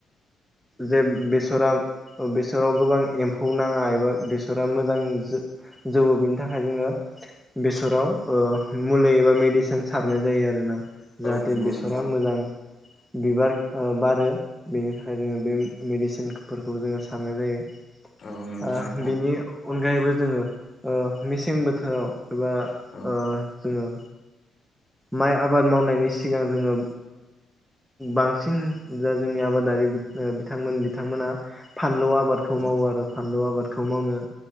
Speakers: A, in the centre; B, on the left (about 40°).
A: जे बेसरा बेसराव गोबां एम्फौ नाङा एबा बेसरा मोजां जौवो बेनि थाखाय जोंङो बेसराव मुलि एबा मेडिसिन सारनाय जायो आरोना
B: औ
A: जाहाथे
B: नंगौ
A: बेसरा
B: नोंथां
A: मोजां बिबार बारो बेनि थाखाय जोंङो बे मेडिसिन बेखौ जोंङो साननाय जायो
B: औ नंगौ नोंथां
A: बिनि अनगायैबो जोंङो मेसें बोथोराव एबा
B: औ
A: ओह जोंङो माइ आबाद मावनायनि सिगां जोंङो बांसिन जा जोंनि आबादारि बिथांमोन बिथांमोना फानलौ आबादखौ
B: औ
A: मावो आरो फानलौ आबादखौ मावनो